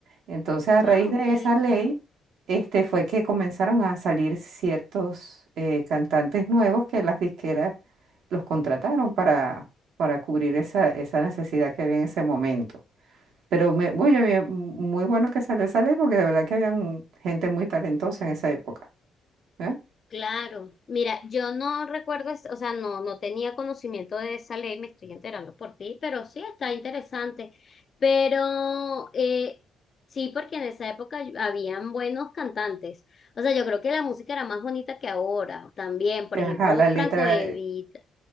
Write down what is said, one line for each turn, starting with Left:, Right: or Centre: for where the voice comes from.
Right: Entonces, a raíz
Left: Ah,
Right: de
Left: ok.
Right: esa ley, este, fue que comenzaron a salir ciertos eh, cantantes nuevos que las disqueras los contrataron para, para cubrir esa, esa necesidad que había en ese momento. Pero me, uy, había- muy bueno que salió esa ley porque de verdad que habían gente muy talentosa en esa época. ¿eh?
Left: Claro, mira, yo no recuerdo, es- o sea, no, no tenía conocimiento de esa ley, me estoy enterando por ti, pero sí está interesante. Pero eh, sí, porque en esa época habían buenos cantantes. O sea, yo creo que la música era más bonita que ahora también. Por
Right: Ajá,
Left: ejemplo,
Right: la letra,
Left: Franco Evita.